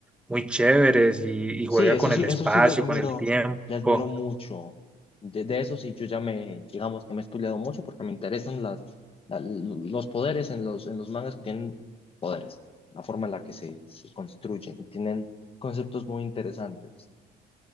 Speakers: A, in the centre; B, on the left.
A: muy chéveres y, y
B: Sí,
A: juega
B: eso
A: con
B: sí,
A: el espacio,
B: eso sí le admiro,
A: con el tiempo
B: le admiro mucho. De, de eso sí, yo ya me, digamos que me he estudiado mucho porque me interesan las, la- los poderes en los, en los mangas que tienen poderes, la forma en la que se, se construyen y tienen conceptos muy interesantes.